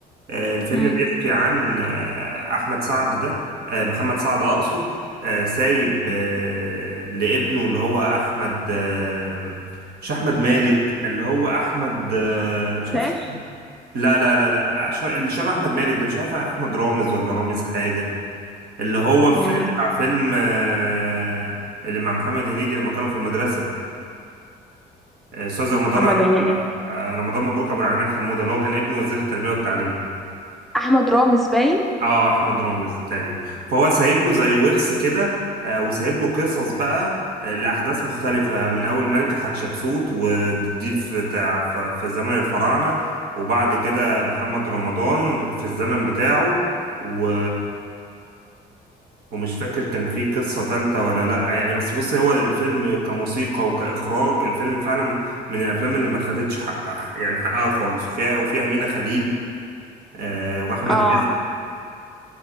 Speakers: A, on the right (about 65°); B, in the centre.
A: آه، الفيلم
B: مم.
A: بيحكي عن آه، أحمد سعد ده آه، محمد سعد أقصد آه، سايب آه، لابنه اللي هو أحمد آه، مش أحمد مالك اللي هو أحمد آه، مش
B: ده
A: عارف لا لا لا لا ش- اللي شبه أحمد مالك ده مش عارف أحمد رامز ولا رامز حاجة اللي هو في
B: مم.
A: بتاع فيلم آه، اللي مع محمد هنيدي لما كانوا في المدرسة آه، أستاذ رمضان
B: محمد
A: آه،
B: هنيدي
A: آه، رمضان مبروك أبو العلمين حمودة اللي هو كان ابن وزير التربية والتعليم
B: أحمد رامز باين
A: اه احمد رامز تقريبا فهو سايب له زي ورث كده آه، وسايب له قصص بقى آه، لاحداث مختلفه من اول ملكه حتشبسوت ودي في تع- ف- في زمن الفراعنه وبعد كده محمد رمضان في الزمن بتاعه و ومش فاكر كان في قصة تالتة ولا لأ يعني بس بص هو الفيلم كموسيقى وكإخراج الفيلم فعلا من الأفلام اللي ما خدتش حقها يعني حقها خالص وفيها وفي أمينة خليل آه، وأحمد
B: اه